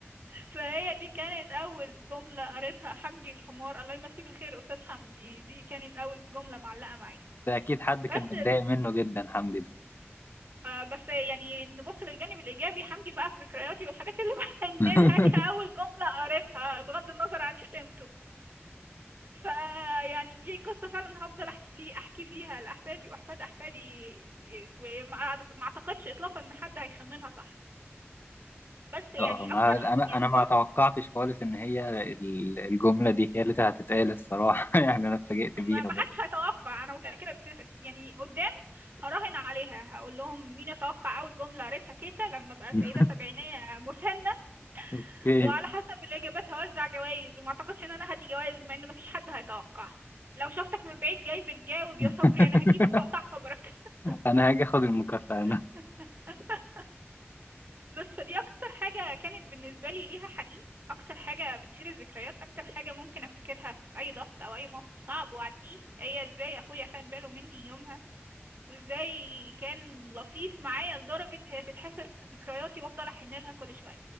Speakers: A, on the right; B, on the left.
A: فهي دي كانت أول جملة قريتها حمدي الحمار الله يمسيه بالخير أستاذ حمدي دي كانت أول جملة معلقة معي
B: ده اكيد حد كان
A: بس
B: متضايق
A: ال...
B: منه جدا حمدي ده
A: آه، بس يعني نبص للجانب الإيجابي حمدي بقى في ذكرياتي والحاجات اللي <laughs> بحن
B: <laughs>
A: لها كأول جملة قريتها بغض النظر عن شتمته فيعني دي قصة فعلا هفضل احكي فيه احكي فيها لأحفادي وأحفاد أحفادي وما أعت- ما اعتقدش اطلاقا ان حد هيخمنها صح بس يعني
B: اه ما
A: اكتر ح-
B: انا
A: يعني
B: انا ما
A: جزء
B: توقعتش خالص ان هي ال- الجمله دي هي اللي هتتقال الصراحه <laughs> يعني انا اتفاجئت بيها
A: ما ما
B: برضه
A: حدش هيتوقع انا متأكدة بت- يعني قدام هراهن عليها هقول لهم مين يتوقع اول جملة قريتها تيتا لما ابقى
B: <laughs>
A: سيدة سبعينية مسنة
B: اوكي
A: وعلى حسب الاجابات هوزع جوائز وما اعتقدش ان انا هدي جوائز بما ان مفيش حد هيتوقع لو شفتك من بعيد جاي بتجاوب
B: <laughs>
A: يا صبري انا هجيبك واقطع خبرك <laughs>
B: انا هاجي اخد المكافاه
A: <laughs> بس فدي اكتر حاجة كانت بالنسبة لي ليها حنين اكتر حاجة بتشيل الذكريات اكتر حاجة ممكن افتكرها في اي ضغط او اي موقف صعب واعديه هي ازاي اخويا خد باله مني يومها وازاي كان لطيف معايا لدرجة هي تتحفر في ذكرياتي وافضل احن لها كل شوية